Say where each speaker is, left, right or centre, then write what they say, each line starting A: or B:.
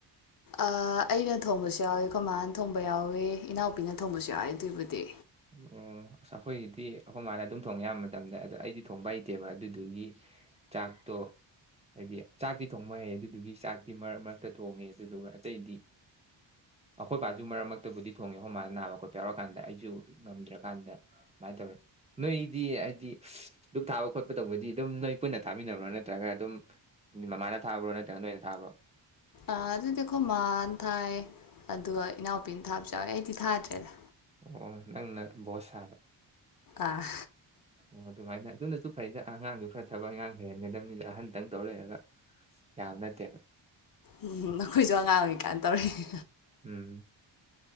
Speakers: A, on the left; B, on the right.
A: ꯑ ꯑꯩꯅ ꯊꯣꯡꯕꯁꯨ ꯌꯥꯎꯏ ꯑꯩꯈꯣꯏ ꯃꯥꯅ ꯊꯣꯡꯕ ꯌꯥꯎꯢ ꯏꯅꯥꯎꯄꯤꯅ ꯊꯣꯡꯕꯁꯨ ꯌꯥꯎꯏ ꯑꯗꯨꯕꯨꯗꯤ
B: ꯑꯣ ꯑꯈꯣꯏꯒꯤꯗꯤ ꯑꯩꯈꯣꯏ ꯃꯅꯥ ꯑꯗꯨꯝ ꯊꯣꯡꯉꯦ ꯑꯌꯥꯝꯕ ꯃꯇꯝꯗ ꯑꯗꯣ ꯑꯩꯗꯤ ꯊꯣꯡꯕ ꯍꯩꯇꯦꯕ ꯑꯗꯨꯗꯨꯒꯤ ꯆꯥꯛꯇꯣ ꯍꯥꯏꯗꯤ ꯆꯥꯛꯇꯤ ꯊꯣꯡꯕ ꯍꯩ ꯑꯗꯨꯗꯨꯒꯤ ꯆꯥꯛꯇꯤ ꯃꯔꯛ ꯃꯔꯛꯇ ꯊꯣꯡꯉꯦ ꯑꯗꯨꯗꯨꯒ ꯑꯇꯩꯗꯤ ꯑꯩꯈꯣꯏ ꯕꯥꯁꯨ ꯃꯔꯛ ꯃꯔꯛꯇꯕꯨꯗꯤ ꯊꯣꯡꯉꯦ ꯑꯩꯈꯣꯏ ꯃꯥꯅ ꯅꯥꯕ ꯈꯣꯠꯄ ꯌꯥꯎꯔꯀꯥꯟꯗ ꯑꯩꯁꯨ ꯉꯝꯗ꯭ꯔꯀꯥꯟꯗ ꯁꯨꯃꯥꯏꯅ ꯇꯧꯋꯤ ꯅꯣꯏꯗꯤ ꯍꯥꯏꯗꯤ ꯗꯨꯛ ꯊꯥꯕ ꯈꯣꯠꯄ ꯇꯧꯕꯗꯤ ꯑꯗꯨꯝ ꯅꯣꯏ ꯄꯨꯟꯅ ꯊꯥꯃꯤꯟꯅꯕ꯭ꯔꯣ ꯅꯠꯇ꯭ꯔꯒ ꯑꯗꯨꯝ ꯃꯃꯥꯅ ꯊꯥꯕ꯭ꯔꯣ ꯅꯠꯇ꯭ꯔꯒ ꯅꯣꯏꯅ ꯊꯥꯕ꯭ꯔꯣ
A: ꯑꯥ ꯑꯗꯨꯗꯤ ꯑꯩꯈꯣꯏ ꯃꯥꯅ ꯊꯥꯏ ꯑꯗꯨꯒ ꯏꯅꯥꯎꯄꯤꯅ ꯊꯥꯕꯁꯨ ꯌꯥꯎꯋꯦ ꯑꯩꯗꯤ ꯊꯥꯗ꯭ꯔꯦꯗ
B: ꯑꯣ ꯅꯪꯅ ꯕꯣꯁ ꯁꯥꯕ
A: ꯑꯥ
B: ꯑꯣ ꯑꯗꯨꯃꯥꯏꯅ ꯑꯗꯨꯅ ꯑꯗꯨꯝ ꯐꯩꯗ ꯑꯉꯥꯡꯗꯨ ꯈꯔ ꯊꯕꯛ ꯑꯉꯥꯡ ꯍꯩꯍꯟꯒꯗꯕꯅꯤꯗ ꯑꯍꯟꯇꯪ ꯇꯧ ꯂꯩꯔꯒ ꯌꯥꯕ ꯅꯠꯇꯦꯕ
A: ꯎꯝ ꯅꯈꯣꯏꯁꯨ ꯑꯉꯥꯡ ꯑꯣꯏꯔꯤꯀꯥꯟ ꯇꯧꯔꯛꯏ
B: ꯎꯝ